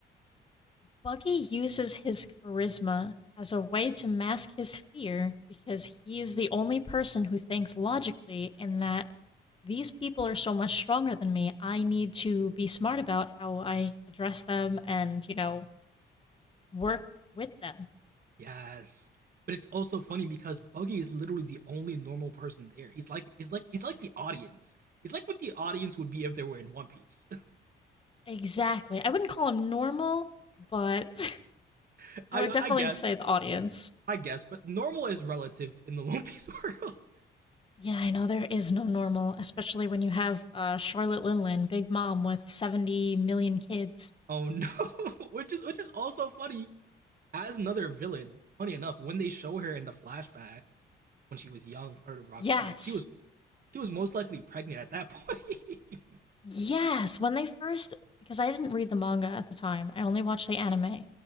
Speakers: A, on the left (about 25°); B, on the right (about 45°).
A: Buggy uses his charisma as a way to mask his fear because he is the only person who thinks logically in that these people are so much stronger than me. I need to be smart about how I address them and, you know, work with them.
B: Yes. But it's also funny because Buggy is literally the only normal person there. He's like he's like he's like the audience. He's like what the audience would be if they were in One Piece.
A: Exactly. I wouldn't call him normal, but
B: <laughs>
A: <laughs>
B: I
A: I would definitely
B: I guess.
A: say the audience.
B: I guess, but normal is relative in the <laughs> One Piece world. <laughs>
A: Yeah, I know there is no normal, especially when you have uh, Charlotte Linlin, Big Mom, with 70 million kids.
B: Oh no. <laughs> which is which is also funny. As another villain, funny enough, when they show her in the flashbacks when she was young, part of Rock's
A: Yes,
B: Pirates, she was she was most likely pregnant at that point. <laughs>
A: yes. When they first, because I didn't read the manga at the time, I only watched the anime.